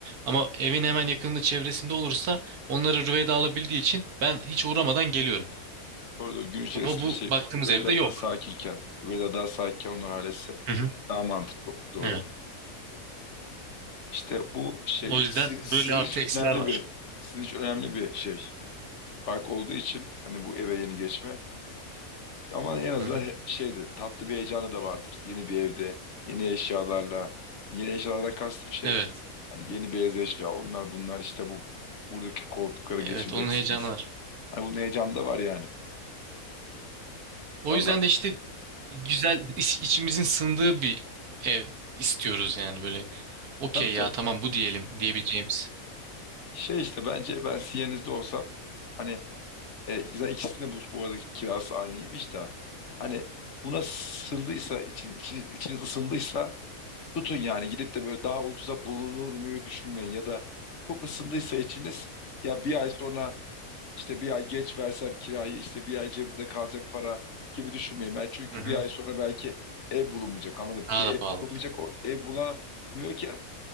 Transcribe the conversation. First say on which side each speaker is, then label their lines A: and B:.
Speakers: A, on the right; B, on the left.
A: Ama evin hemen yakınında çevresinde olursa onları Rüveyda alabildiği için ben hiç uğramadan geliyorum.
B: Orada gün içerisinde
A: Ama bu
B: şey
A: baktığımız
B: Rüveyda
A: evde yok.
B: daha sakinken, Rüveyda daha sakinken onlar halletse
A: Hı hı.
B: daha mantıklı doğru.
A: Evet.
B: İşte bu şey
A: O yüzden
B: sizin,
A: böyle
B: sizin
A: artı
B: için
A: eksiler
B: önemli
A: var.
B: bir sizin için önemli bir şey. Fark olduğu için hani bu eve yeni geçme ama en azından
A: Hı hı.
B: he- şeydi tatlı bir heyecanı da vardır. Yeni bir evde, yeni eşyalarla, yeni eşyalardan kastım şey
A: Evet.
B: hani yeni beyaz eşya onlar bunlar işte bu buradaki koltukları
A: Evet
B: geçireceksiniz.
A: onun heyecanı var.
B: Hani bunun heyecanı da var yani.
A: O
B: Vallahi
A: yüzden de işte güzel iç- içimizin sığındığı bir ev istiyoruz yani böyle. Okey
B: Tabii tabii.
A: ya tamam bu diyelim diyebileceğimiz.
B: Şey işte bence ben Siyeniz'de olsam hani e, zaten ikisinde bu, bu arada kirası aynıymış da hani buna sındıysa için, içiniz, içiniz ısındıysa tutun yani gidip de böyle daha ucuza bulunur muyu düşünmeyin ya da çok ısındıysa içiniz ya bir ay sonra işte bir ay geç versem kirayı işte bir ay cebimde kalacak para gibi düşünmeyin. Ben çünkü
A: Hı hı.
B: bir ay sonra belki ev bulunmayacak anladım
A: Daha
B: ki
A: da
B: ev
A: pahalı olacak.
B: bulunmayacak o ev bulamıyorken